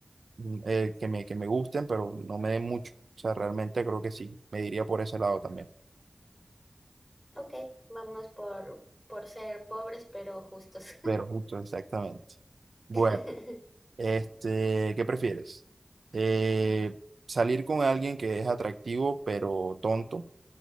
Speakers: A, on the right; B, on the left.
A: mm, eh, que me, que me gusten, pero no me den mucho. O sea, realmente creo que sí, me diría por ese lado también.
B: Ok, vamos por, por ser pobres pero justos.
A: Pero justo, exactamente. Bueno,
B: <laughs>
A: este, ¿qué prefieres? Eh, ¿salir con alguien que es atractivo pero tonto